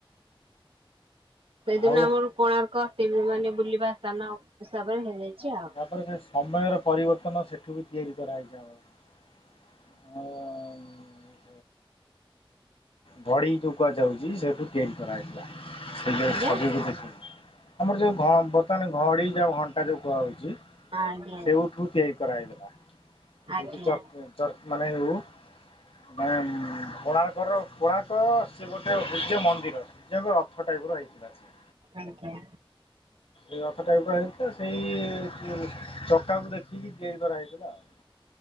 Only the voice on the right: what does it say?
ସେଇଦିନ
ଆମର କୋଣାର୍କ ସେ ମାନେ ବୁଲିବା ସ୍ଥାନ ହିସାବରେ ହେଇଯାଇଛି ଆଉ।
ଆଜ୍ଞା ଆଜ୍ଞା
ଆଜ୍ଞା
ଆଜ୍ଞା।
ଏତିକି।